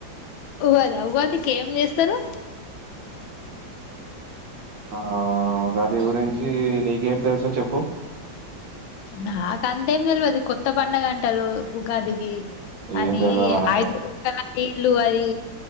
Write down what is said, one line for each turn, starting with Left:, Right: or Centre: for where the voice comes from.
Left: ఉగాద ఉగాదికి ఏం చేస్తారు
Right: ఆ ఉగాది గురించి నీకేం తెలుస చెప్పు
Left: నాక అంతేం తెలియదు కొత్త పడుగంటలు ఉగాదికి
Right: ఏం
Left: అని
Right: తెల్వదు నాకు
Left: అయజ ద ఇల్లు అరి